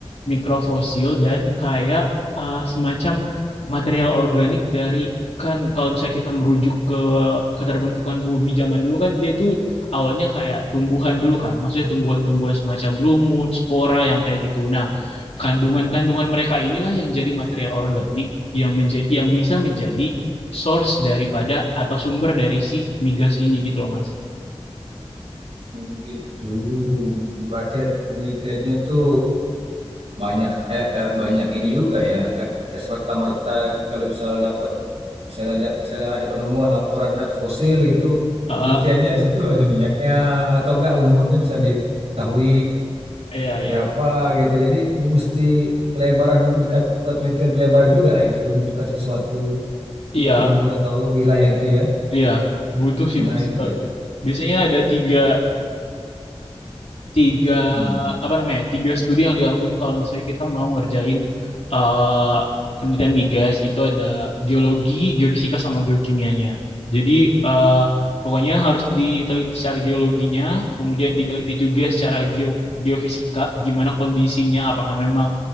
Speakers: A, on the left; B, on the right.
A: mikrofosil dan kayak eh, semacam material organik dari kan kalau misalnya kita merujuk ke keterbentukan bumi zaman dulu kan dia itu awalnya kayak tumbuhan dulu kan, maksudnya tumbuhan-tumbuhan semacam lumut, spora yang kayak gitu. Nah, kandungan-kandungan mereka inilah yang jadi material organik yang menja- yang bisa menjadi source daripada atau sumber dari si migas ini gitu loh mas.
B: Oh, Gitu. Berarti penelitiannya tuh banyak eh, eh, banyak ini juga ya nggak nggak semerta merta kalau misal dapat misalnya ada misalnya ada penemuan laporan ada fosil gitu
A: Ah,
B: penelitiannya
A: ah,
B: di situ ada minyaknya atau enggak umurnya bisa diketahui
A: iya iya
B: berapa gitu jadi ini mesti pelebaran dilakukan penelitian pelebaran juga ya untuk menentukan sesuatu
A: iya
B: eh, umur atau wilayah itu ya
A: iya butuh sih
B: menarik
A: mas
B: juga
A: kalau itu. Biasanya ada tiga tiga
B: hmm.
A: apa namanya tiga studi yang dilakuin kalau misalnya kita mau ngerjain eh, penelitian migas itu ada geologi, geofisika sama geokimianya. Jadi eh, pokoknya harus diteliti secara geologinya, kemudian diteliti juga secara geo- geofisika gimana kondisinya, apakah memang